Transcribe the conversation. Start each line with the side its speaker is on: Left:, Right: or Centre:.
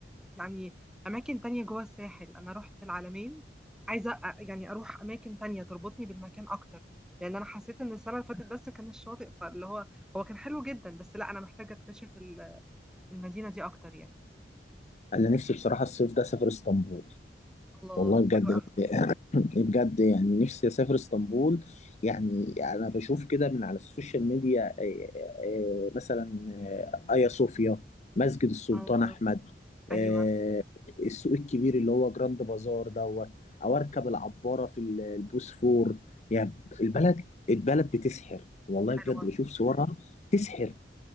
Centre: يعني اماكن تانية جوه الساحل انا رحت العلمين عايزه أ- يعني اروح اماكن تانية تربطني بالمكان اكتر لان انا حسيت ان السنه اللي فاتت بس كان الشاطئ فاللي هو هو كان حلو جدا بس لا انا محتاجه اكتشف ال- المدينه دي اكتر يعني
Left: انا نفسي بصراحه الصيف ده اسافر اسطنبول
Centre: الله
Left: والله بجد
Centre: حلو قوي
Left: يعني بجد يعني نفسي اسافر اسطنبول يعني انا بشوف كده من على السوشيال ميديا آه، آه، آه، مثلا آه، ايا صوفيا مسجد السلطان
Centre: اه
Left: احمد آه،
Centre: ايوه
Left: السوق الكبير اللي هو جراند بازار دوت او اركب العباره في ال- البوسفور يعني البلد البلد بتسحر والله
Centre: حلوة
Left: بجد بشوف صورها تسحر